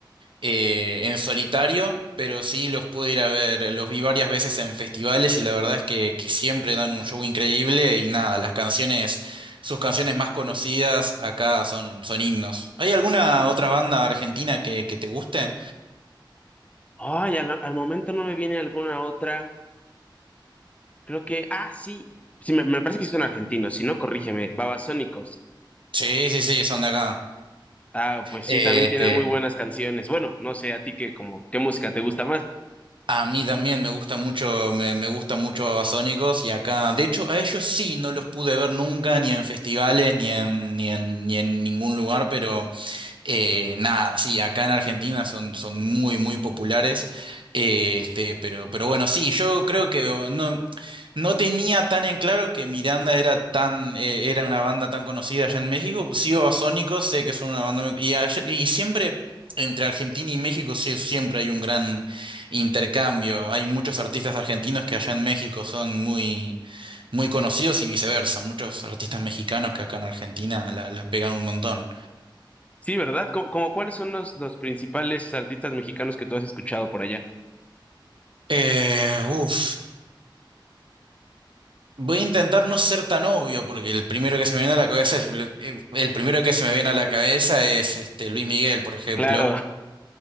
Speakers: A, on the right (about 75°); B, on the left (about 15°).
A: eh, en solitario, pero sí los pude ir a ver. Los vi varias veces en festivales y la verdad es que, que siempre dan un show increíble y nada, las canciones, sus canciones más conocidas acá son, son himnos. ¿Hay alguna otra banda argentina que, que te guste?
B: Ay, al, al momento no me viene alguna otra. Creo que. Ah, sí. Sí, me, me parece que son argentinos. Si no, corrígeme. Babasónicos.
A: Sí, sí, sí, son de acá.
B: Ah, pues sí,
A: Eh,
B: también
A: este,
B: tienen muy buenas canciones. Bueno, no sé, a ti que como, ¿qué música te gusta más?
A: a mí también me gusta mucho, me, me gusta mucho Babasónicos y acá, de hecho, a ellos sí no los pude ver nunca, ni en festivales, ni en, ni en, ni en ningún lugar, pero Eh, nada, sí, acá en Argentina son, son muy, muy populares. Eh, este, pero, pero bueno, sí, yo creo que no, no tenía tan en claro que Miranda era tan, eh, era una banda tan conocida allá en México. Sigo a Sónicos, sé que son una banda muy- y, allá- y siempre entre Argentina y México sí, siempre hay un gran intercambio. Hay muchos artistas argentinos que allá en México son muy, muy conocidos y viceversa. Muchos artistas mexicanos que acá en Argentina la la pegan un montón.
B: Sí, ¿verdad? Como, como cuáles son los, los principales artistas mexicanos que tú has escuchado por allá?
A: Eh, uf. Voy a intentar no ser tan obvio, porque el primero que se me viene a la cabeza es Lu- eh, el primero que se me viene a la cabeza es este Luis Miguel, por ejemplo,
B: Claro,